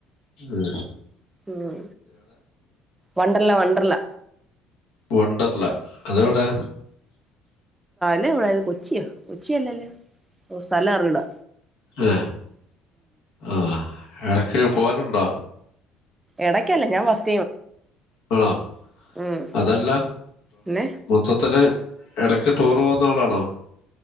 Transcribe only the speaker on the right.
മ് വണ്ടർല്ല വണ്ടർല്ല
അതെവിടേര്ന്നു കൊച്യോ കൊച്ചിയല്ലല്ലേ ഓഹ് സ്ഥലർഞ്ഞൂട
എടയ്ക്കല്ല ഞാൻ വസ്
ഉം
പിന്നെ